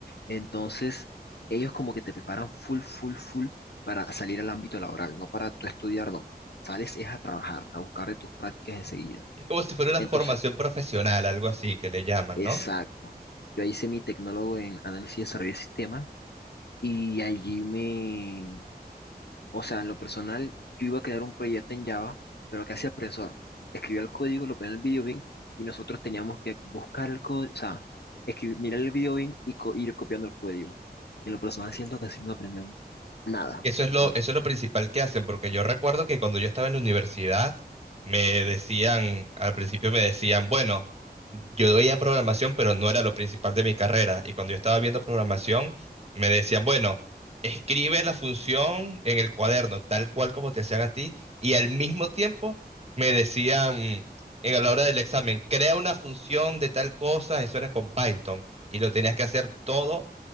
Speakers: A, on the left; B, on the right.
A: Entonces, ellos como que te preparan full, full, full para salir al ámbito laboral, no para tú estudiar, no. Sales es a trabajar, a buscar de tus prácticas enseguida.
B: Es como si fuera una
A: Entonces,
B: formación profesional, algo así que le llaman,
A: exacto.
B: ¿no?
A: Yo hice mi tecnólogo en análisis y desarrollo de sistemas y allí me, O sea, en lo personal, yo iba a crear un proyecto en Java, pero casi apresor. Escribió el código, lo ponía en el video bin y nosotros teníamos que buscar el código, o sea, escribir, mirar el video bin y co- ir copiando el código. En lo personal, siento que así no iba a aprender un- nada.
B: Eso es lo,
A: la verdad.
B: eso es lo principal que hacen, porque yo recuerdo que cuando yo estaba en la universidad, me decían, al principio me decían, bueno, yo veía programación, pero no era lo principal de mi carrera. Y cuando yo estaba viendo programación, me decían, bueno, escribe la función en el cuaderno, tal cual como te hacían a ti. Y al mismo tiempo me decían, en a la hora del examen, crea una función de tal cosa, eso era con Python. Y lo tenías que hacer todo